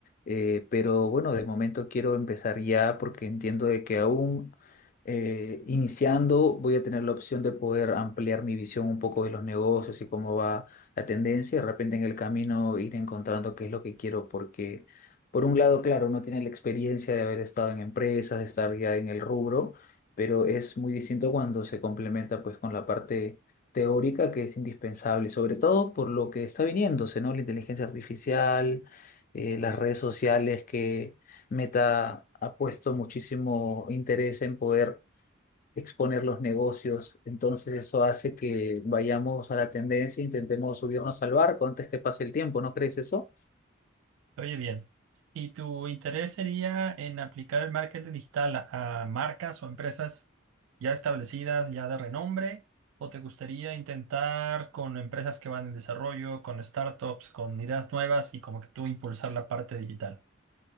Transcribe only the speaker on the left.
eh, pero bueno, de momento quiero empezar ya porque entiendo de que aún eh, iniciando, voy a tener la opción de poder ampliar mi visión un poco de los negocios y cómo va la tendencia. De repente en el camino ir encontrando qué es lo que quiero, porque por un lado, claro, uno tiene la experiencia de haber estado en empresas, de estar ya en el rubro, pero es muy distinto cuando se complementa pues con la parte teórica que es indispensable, sobre todo por lo que está viniéndose, ¿no? La inteligencia artificial, eh, las redes sociales que Meta ha puesto muchísimo interés en poder exponer los negocios. Entonces eso hace que vayamos a la tendencia, intentemos subirnos al barco antes que pase el tiempo, ¿no crees eso?